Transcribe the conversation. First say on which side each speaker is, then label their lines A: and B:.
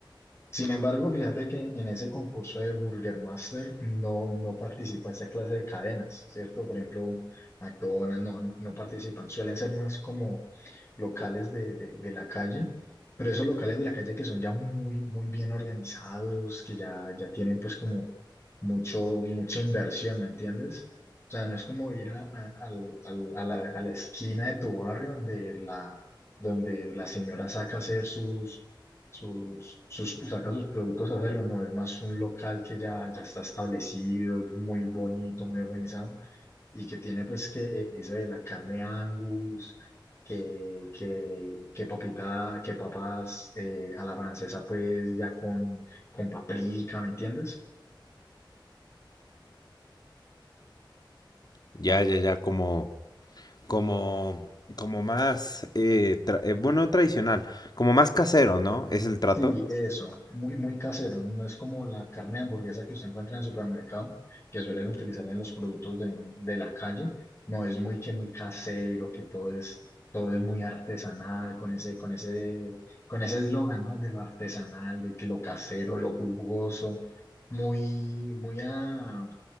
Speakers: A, on the left; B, on the left.
A: Sin embargo, fíjate que en ese concurso de Burger Master no, no participa esa clase de cadenas, ¿cierto? Por ejemplo, McDonald's no, no, no participan, suelen ser más como locales de, de, de la calle, pero esos locales de la calle que son ya muy, muy bien organizados, que ya, ya tienen pues como mucho, mucha inversión, ¿me entiendes? O sea, no es como ir a, a, al- al- a la, a la esquina de tu barrio donde la, donde la señora saca a hacer sus sus, sus, saca sus productos a hacerlo, no, es más un local que ya, ya está establecido, muy bonito, muy organizado, y que tiene pues que eh, eso de la carne Angus, que, que, que papita, que papas eh, a la francesa pues ya con, con paprika, ¿me entiendes?
B: Ya, ya, ya, como como, como más, eh, tra- eh, bueno, tradicional, como más casero, ¿no? Es el trato.
A: Sí, eso, muy, muy casero. No es como la carne de hamburguesa que usted encuentra en el supermercado, que suelen utilizar en los productos de, de la calle. No es muy que muy casero, que todo es, todo es muy artesanal, con ese, con ese, con ese eslogan, ¿no? De lo artesanal, de que lo casero, lo jugoso, muy, muy a,